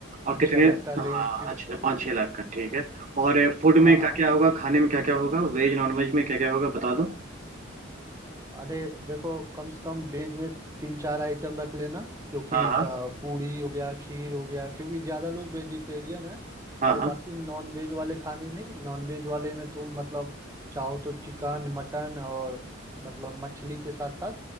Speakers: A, on the right; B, on the right.
A: पाँच
B: और कितने
A: छः लाख का रेंज
B: हाँ
A: की
B: अच्छा पाँच छः लाख का ठीक है और फूड
A: हाँ
B: में क्या क्या होगा खाने में क्या क्या होगा वेज नॉन वेज में क्या क्या होगा बता दो
A: अरे देखो कम से कम वेज में तीन चार आइटम रख लेना क्योंकि
B: हाँ हाँ
A: अ, पूरी हो गया खीर हो गया क्योंकि ज़्यादा लोग वेजिटेरियन है
B: हाँ
A: और
B: हाँ
A: बाकी नॉन वेज वाले खाने में नॉन वेज वाले में तुम मतलब चाहो तो चिकन मटन और मतलब मछली के साथ साथ